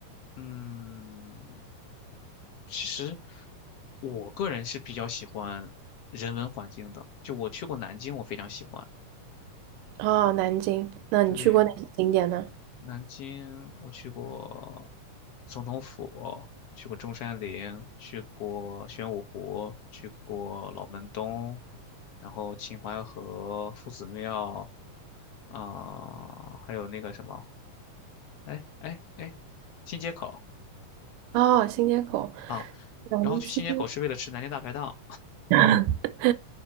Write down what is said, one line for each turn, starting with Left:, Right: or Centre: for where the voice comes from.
Left: 嗯，其实我个人是比较喜欢人文环境的，就我去过南京，我非常喜欢。
Right: 啊，南京，那你去过哪些景点呢？
Left: 对，南京我去过总统府，去过中山陵，去过玄武湖，去过老门东，然后秦淮河、夫子庙，啊、还有那个什么，哎哎哎，新街口
Right: 啊，新街口，
Left: 啊。
Right: 南京，
Left: 然后去新街口是为了吃南京大排档，
Right: <laughs>